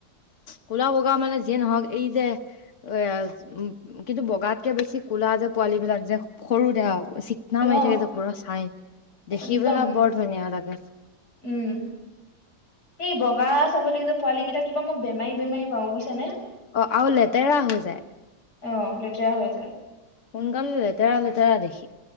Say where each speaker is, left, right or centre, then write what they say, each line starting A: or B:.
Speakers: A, on the left; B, on the left.
A: কলা বগা মানে যিয়ে নহওঁক এই যে এ উ কিন্তু বগাতকে বেছি কলা যে পোৱালী বিলাক যে সৰু <unintelligible> চিকনা
B: অ
A: মাৰি থাকে পুৰা চাইন দেখি
B: একদম
A: পেলাই বৰ ধুনীয়া লাগে
B: উম সেই বগা ছাগলী যে পোৱালি কেইটা মই বেমাৰী বেমাৰী পাওঁ বুজিছ নে
A: অ আৰু লেতেৰা হৈ যায়
B: অ লেতেৰা হৈ যায়
A: সোনকালে লেতেৰা লেতেৰা দেখি